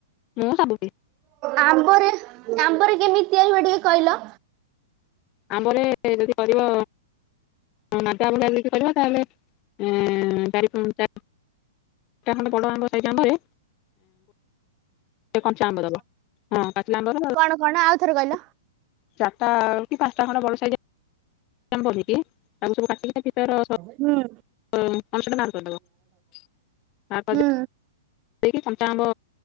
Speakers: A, on the left; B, on the right.
A: ମୁଁ ଭାବୁଛି
B: ଆମ୍ବରେ ଆମ୍ବରେ କେମିତି ତିଆରି ହୁଏ ଟିକେ କହିଲ।
A: ଆମ୍ବରେ ଯଦି କରିବ ମାଟ <unintelligible> କର ତାହେଲେ ହ ତା <unintelligible> ବଡ ଆମେସାଇରେ କଞ୍ଚ ଆମ୍ବ ଦେବ ହଁ ପାଚିଲ ଆମ୍ବ ଚାରିଟା
B: କଣ କଣ ଆଉଥରେ କହିଲ?
A: କି ପାଞ୍ଚଟା ଖଣ୍ଡ ବଲ ସାଇଜ୍ ଆମ୍ବ ନେଇକି ଆଉ ସବୁ କାଟିକି ଭିତର
B: ହୁଁ
A: ହ ଅ ଦେବା ତା
B: ହୁଁ
A: ସେ କି କଞ୍ଚା ଆମ୍ୱ